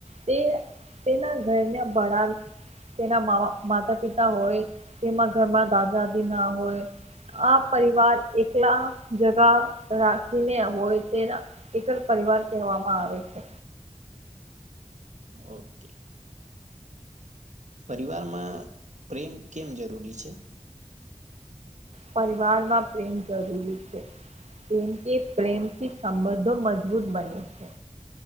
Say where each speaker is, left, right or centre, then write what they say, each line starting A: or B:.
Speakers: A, on the right; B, on the right.
A: તે તેના ઘરના બડા તેના મામાં માતા પિતા હોય તેમાં ઘરમાં દાદા દદી ના હોય આ પરિવાર એકલા જગા રાખીને હોય તેના એક જ પરિવાર કહેવામાં આવે છે
B: ઓકે પરિવારમાં પ્રેમ કેમ જરૂરી છે
A: પરિવારમાં પ્રેમ જરૂરી છે કેમ કે પ્રેમથી સંબંધો મજબૂત બને છે